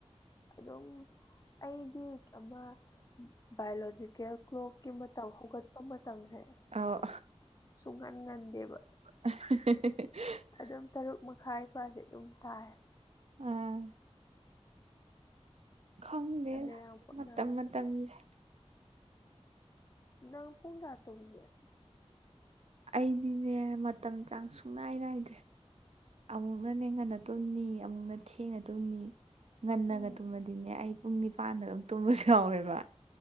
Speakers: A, on the left; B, on the right.
A: ꯑꯗꯨꯝ ꯑꯩꯒꯤ ꯑꯃ ꯕꯥꯏꯑꯣꯂꯣꯖꯤꯀꯦꯜ ꯀ꯭ꯂꯣꯛꯀꯤ ꯃꯇꯝ ꯍꯧꯒꯠꯄ ꯃꯇꯝꯁꯦ꯫
B: ꯑꯧ
A: ꯁꯨꯡꯉꯟ ꯉꯟꯗꯦꯕ
B: <unintelligible>
A: ꯑꯗꯨꯝ ꯇꯔꯨꯛ ꯃꯈꯥꯏ ꯁ꯭ꯋꯥꯏꯁꯦ ꯑꯗꯨꯝ ꯇꯥꯏ꯫
B: ꯑꯥ꯫ ꯈꯪꯗꯦꯗ
A: ꯐꯅꯌꯥꯝ ꯍꯣꯠꯅꯔꯁꯨ
B: ꯃꯇꯝ ꯃꯇꯝꯁꯦ꯫
A: ꯅꯪ ꯄꯨꯡ ꯀꯌꯥꯗ ꯇꯨꯝꯒꯦ
B: ꯑꯩꯗꯤꯅꯦ ꯃꯇꯝ ꯆꯥꯡ ꯁꯨꯡꯅꯥꯏ ꯅꯥꯏꯗ꯭ꯔꯦ ꯑꯃꯨꯛꯅ ꯅꯦ ꯉꯟꯅ ꯇꯨꯝꯅꯤ ꯑꯃꯨꯛꯅ ꯊꯦꯡꯉ ꯇꯨꯝꯅꯤ ꯉꯟꯅꯒ
A: ꯎꯝ
B: ꯇꯨꯝꯃꯗꯤꯅꯦ ꯑꯩ ꯄꯨꯡ ꯅꯤꯄꯥꯟꯗꯒ ꯑꯗꯨꯝ ꯇꯨꯝꯕꯁꯨ ꯌꯥꯎꯋꯦꯕ